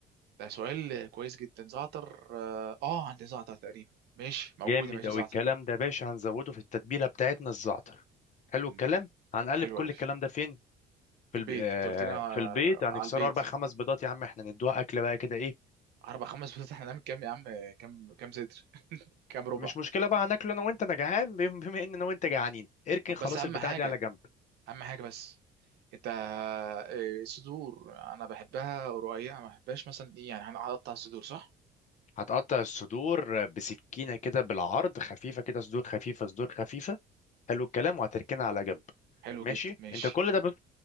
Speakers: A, on the right; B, on the left.
A: ده سؤال كويس جدا زعتر اه آه، عندي زعتر تقريبا ماشي موجوده
B: جامد
A: ماشي
B: اوي
A: زعتر
B: الكلام ده يا باشا هنزوده في التتبيله بتاعتنا الزعتر حلو
A: مم،
B: الكلام هنقلب
A: حلو
B: كل
A: قوي
B: الكلام
A: في
B: ده فين في
A: البيت
B: الب... آه،
A: انت قلت لنا آه،
B: في البيض هنكسره
A: على البيت
B: اربع خمس بيضات يا عم احنا ندوها اكل بقى كده ايه
A: اربع خمس بيضات احنا نعمل كام يا عم كام كام صدر كام ربع
B: مش مشكله بقى هناكله انا وانت انا جعان بم- بما ان انا وانت جعانين اركن
A: طب
B: خلاص
A: بس اهم
B: البتاع
A: حاجه
B: دي على جنب
A: اهم حاجه بس انت آه، صدور انا بحبها رقيقه ما بحبهاش مثلا ايه يعني هنقطع الصدور صح
B: هتقطع الصدور بسكينه كده بالعرض خفيفه كده صدور خفيفه صدور خفيفه حلو الكلام وهتركنها على جنب
A: حلو
B: ماشي
A: جدا ماشي
B: انت كل ده بص